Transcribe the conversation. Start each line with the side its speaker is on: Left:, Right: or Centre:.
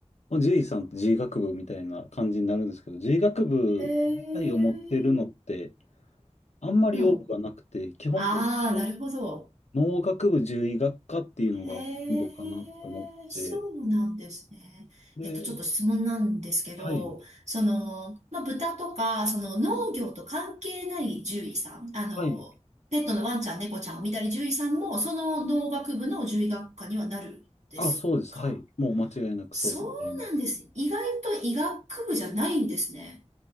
Left: まあ、獣医さんって獣医学部みたいな感じになるんですけど、獣医学部自体を持ってるのって、
Right: へえ。
Left: あんまり多くはなくて、
Right: うん。
Left: 基本的に
Right: ああ、なるほど。
Left: 農学部獣医学科っていうのがほとんどかなと思って、
Right: へえ、そうなんですね。
Left: で、
Right: えっと、ちょっと質問なんですけど、
Left: はい、
Right: その、まあ、豚とか、その農業と関係ない獣医さん、あの、
Left: はい、
Right: ペットのワンちゃん、猫ちゃんを見たり獣医さんも、その農学部の獣医学科にはなるんですか
Left: あ、そうです、はい、もう間違いなくそうと思います。
Right: そうなんです。意外と医学部じゃないんですね。